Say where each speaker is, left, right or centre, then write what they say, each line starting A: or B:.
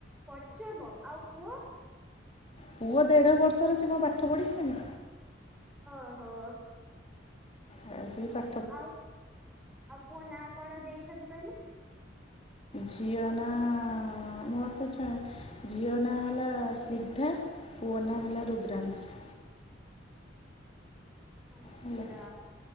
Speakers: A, in the centre; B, on the left.
A: ପଞ୍ଚମ ଆଉ ପୁଅ?
B: ପୁଅ ଦେଢ଼ ବର୍ଷର ସେ କଣ ପାଠ ପଢ଼ିିଚନି
A: ଓହୋ।
B: ଆ ସେ ପା
A: ଆଉ ସେ ଆଉ ପୁଅ ନାଁ କଣ ଦେଇଛନ୍ତି କହିଲେ?
B: ଝିଅ ନା ମୋର ତ ଚା ଝିଅ ନା ହେଲା ସ୍ନିଗ୍ଧା। ପୁଅନା ହେଲା ରୁଦ୍ରାଶଂ।
A: ଆଚ୍ଛା।
B: ହେଲା